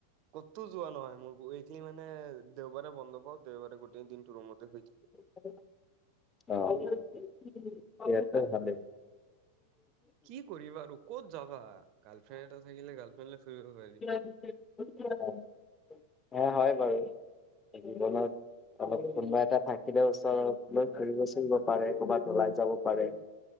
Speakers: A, on the right; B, on the left.
A: ক'তো যোৱা নহয়, মোৰ উইগলি মানে দেওবাৰে বন্ধ পাওঁ। দেওবাৰে গোটেই দিনটোৰ ৰুমতে শুই থাকো।
B: অহ' <unintelligible>
A: কি কৰিবা আৰু ক'ত যাবা গাৰ্লফ্ৰেণ্ড এটা থাকিলে গাৰ্লফ্ৰেণ্ড ফুৰিবলৈ পাৰি।
B: হয় বাৰু জীৱনত। অলপ কোনোবা এটা থাকিলে ওচৰ লৈ ঘুৰিব চুৰিব পাৰে ক'ৰবাত ওলাই যাব। পাৰে।